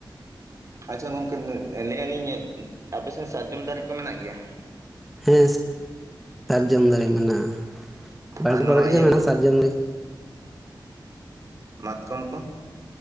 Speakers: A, on the right; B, in the centre.
A: ᱟᱪᱷᱟ ᱜᱚᱝᱠᱮ ᱞᱮᱜᱼᱟᱞᱤᱧ ᱟᱯᱮᱥᱮᱱ ᱥᱟᱨᱡᱚᱢ ᱫᱟᱨᱮ ᱠᱚ ᱢᱮᱱᱟᱜ ᱜᱮᱭᱟ
B: ᱦᱮᱸ ᱥᱟᱨᱡᱚᱢ ᱫᱟᱨᱮ ᱢᱮᱱᱟᱜᱼᱟ ᱵᱟᱨᱜᱮ
A: ᱟᱨ ᱱᱚᱣᱟ
B: ᱠᱚᱨᱮᱫ
A: ᱤᱭᱟᱹ
B: ᱜᱮ ᱢᱮᱱᱟᱜᱼᱟ
A: ᱠᱚ
B: ᱥᱟᱨᱡᱚᱢ ᱫᱟᱨᱮ
A: ᱢᱟᱛᱠᱚᱢ ᱠᱚ